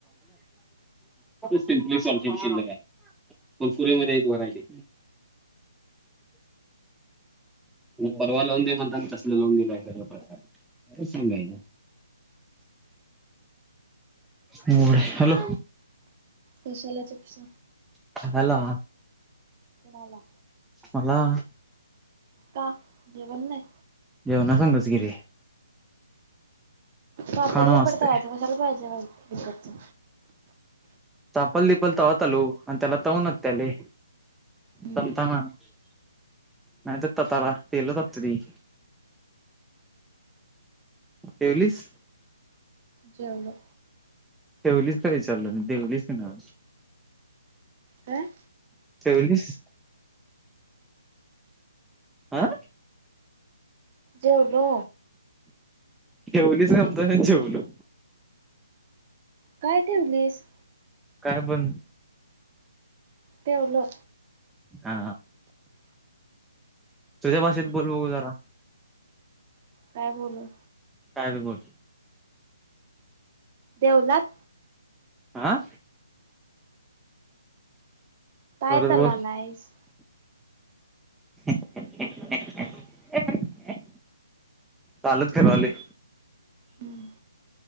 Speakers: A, in the centre; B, on the right.
A: सिमपली सॉल्टेड शिल्लक आहे, कुरकुरेमध्ये आहेत व्हरायटी. परवा लावून दे म्हणतान तसल लावून दिलायसा <unintelligible> प्रकार काय सांगायच. होय हॅलो!
B: कशाला चिप्स?
A: खायला.
B: कुणाला?
A: मला
B: का जेवण नाही?
A: जेवनासंगच की रे.
B: पापड
A: खाणं
B: बिपड
A: असते
B: तळायचं कशाला पाहिजेल <unintelligible> इकडचं.
A: चापल दिपल तव्हा तलू आणि त्याला ताऊूनत त्याले
B: हम्म
A: तमता मा नाही तर तताला तेलो रात्री ठेवलीस?
B: जेवलो.
A: ठेवलीच काय विचारलं मी देवलीस काय नव्ह.
B: काय?
A: ठेवलीस? आं
B: जेवलो.
A: ठेवलीस काय म्हणतान जेवलो
B: काय ठेवलीस?
A: काय पण
B: ठेवलो.
A: आ तुझ्या भाषेत बोल बघु जरा.
B: काय बोलू?
A: काय बी बोल.
B: ठेवलास?
A: आ
B: काय
A: परत
B: तलालायस.
A: बोल <unintelligible> चालूच करालोय
B: हम्म.